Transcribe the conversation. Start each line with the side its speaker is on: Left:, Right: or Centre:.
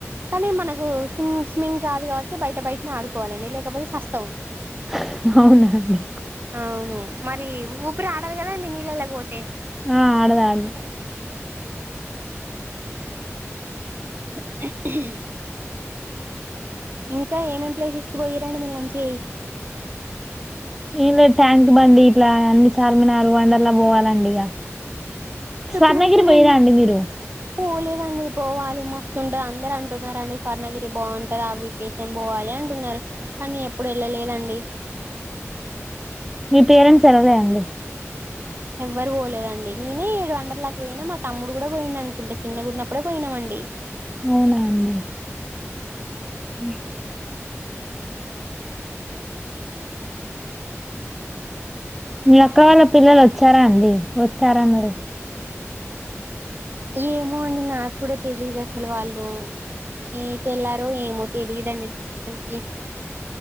Right: కానీ మనకు స్విమ్ంగ్ స్విమింగ్ రాదు కాబట్టి బయట బయటనే ఆడుకోవాలండి లేకపోతే సస్తవు
Centre: హా అవునా అండి
Right: అవును మరి ఊపిరి ఆడదు కదాండి నీళ్ళళ్ళకీ పోతే
Centre: ఆ ఆడాదాడదు
Right: <inaudible> ఇంకా ఏమేమి ప్లేసెస్కి పోయరండి మీరు మంచిగాయ
Centre: ఏమ్ లేదు ట్యాంక్ బండి ఇట్లా అన్ని చార్మినారు వండర్లా పోవాలండి ఇగ
Right: <unintelligible>
Centre: స్వర్ణగిరి పోయిరా అండి మీరు
Right: పోలేదండి పోవాలి మస్తుంటది అందరు అంటున్నారండి స్వర్ణగిరి బాఉంటది అవి వెకేషన్ పోవాలి అంటున్నారు కానీ ఎప్పుడు వెళ్ళలేదండి
Centre: మీ పేరెంట్స్ అడగరా అండి
Right: ఎవ్వరు పోలేదండి నేనే ఇప్పుడు వండర్లాకి పోయినా మా తమ్ముడు కూడా పోయిడు అనుకుంటే సిన్నగున్నపుడే పోయినామండి
Centre: అవునా అండి <inaudible> మీ అక్క వాళ్ళ పిల్లలు వచ్చారా అండి వచ్చారా అన్నారు
Right: ఏమో అండి నాకు కూడా తెలీదు అసలు వాళ్ళు ఏటేళ్లారో ఏమో తెలిదండి అసలకి